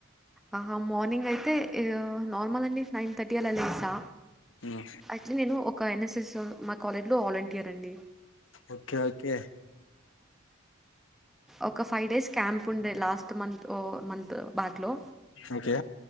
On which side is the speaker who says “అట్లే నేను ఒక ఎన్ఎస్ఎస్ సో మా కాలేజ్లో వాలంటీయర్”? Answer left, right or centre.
Centre